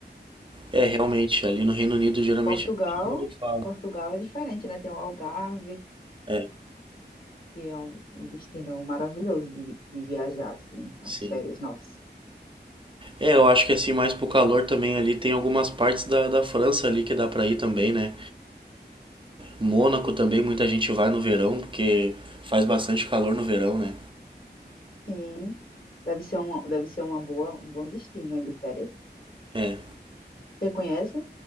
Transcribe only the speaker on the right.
É realmente, ali no Reino Unido geralmente
todo mundo fala.
É,
sim.
É, eu acho que assim, mais pro calor também ali, tem algumas partes da, da França ali que dá pra ir também, né? Mônaco também, muita gente vai no verão, porque faz bastante calor no verão, né?
É.